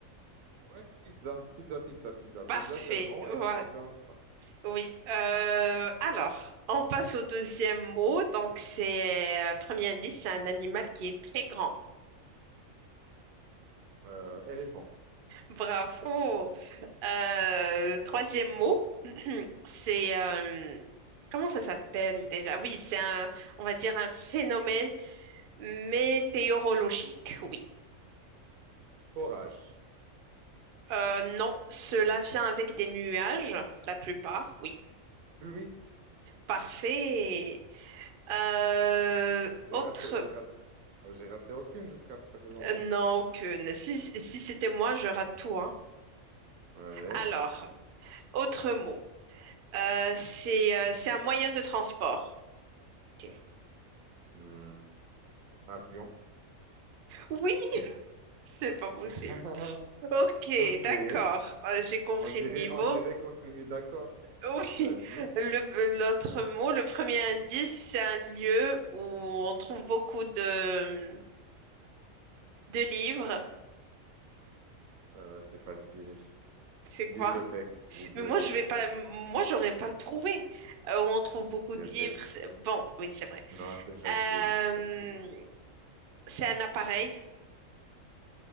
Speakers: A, on the right (about 80°); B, on the right (about 65°).
A: ouais, pizza, pizza, pizza, pizza. Pizza,
B: parfait.
A: c'est rond
B: Ouais,
A: et c'est coupé en...
B: oui. Euh, alors, on passe au deuxième mot. Donc, c'est euh, premier indice, c'est un animal qui est très grand.
A: Euh, éléphant.
B: Bravo. Euh, troisième mot, <clears throat> c'est euh, comment ça s'appelle déjà? Oui, c'est un, on va dire un phénomène météorologique. Oui.
A: Orage.
B: Euh, non, cela vient avec des nuages, la plupart. Oui.
A: Pluie.
B: Parfait. Euh,
A: J'ai
B: autre,
A: raté, j'ai raté Oh, j'ai raté aucune jusqu'à présent,
B: euh, non,
A: hein.
B: aucune. Si, si c'était moi, je rate tout, hein.
A: Allez.
B: Alors, autre mot. Euh, c'est euh, c'est un moyen de transport. Ok.
A: Hmm, Avion.
B: Oui, c'est pas possible.
A: <laughs>
B: Ok,
A: Ok.
B: d'accord. Euh, j'ai compris
A: On dirait,
B: le niveau.
A: on dirait qu'on s'est mis d'accord.
B: Oui.
A: Vas-y.
B: Le, l'autre mot, le premier indice, c'est un lieu où on trouve beaucoup de, de livres.
A: Euh, c'est facile.
B: C'est
A: Bibliothèque,
B: quoi?
A: bibliothèque,
B: Mais moi, je vais pas, moi, j'aurais pas le trouvé. Euh, on trouve beaucoup
A: bibliothèque.
B: de livres. c'est- Bon, oui, c'est vrai.
A: Non, c'est facile,
B: Euh,
A: c'est facile.
B: c'est un appareil.